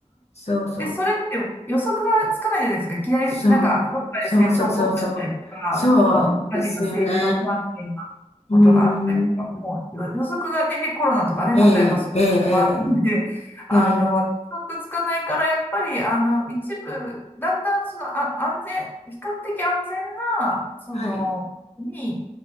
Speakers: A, on the left; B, on the left.
A: そうそう。
B: で、それって予測がつかないじゃないですか。いきなり、
A: そう。
B: なんか、どっかで戦争起こっちゃったりとか、
A: そうそうそうそう。そうですよね。
B: あの、何か政治の不安定なことがあったりとか、
A: うん。
B: もうよ予測がね、で、コロナとかね、
A: ええ、
B: 例えばそういうのもあるので、
A: ええ、
B: <laughs> あの、
A: ええ。ええ
B: 予測つかないから、やっぱり、あの、一部、だんだんその、あ、安全、比較的安全な、その、
A: はい。
B: に、